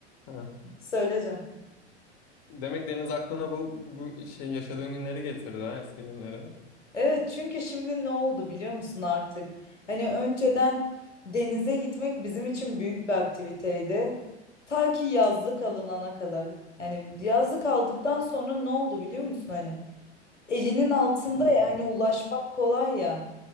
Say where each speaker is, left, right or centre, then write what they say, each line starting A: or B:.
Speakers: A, on the left; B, on the left.
A: ha.
B: söyleyeceğim.
A: Demek Deniz aklına bu, bu şey yaşadığın günleri getirdi ha eski günleri.
B: Evet çünkü şimdi ne oldu biliyor musun artık? Hani önceden denize gitmek bizim için büyük bir aktiviteydi. Ta ki yazlık alınana kadar. Yani yazlık aldıktan sonra ne oldu biliyor musun hani? Elinin altında
A: Hı,
B: ya hani ulaşmak kolay ya.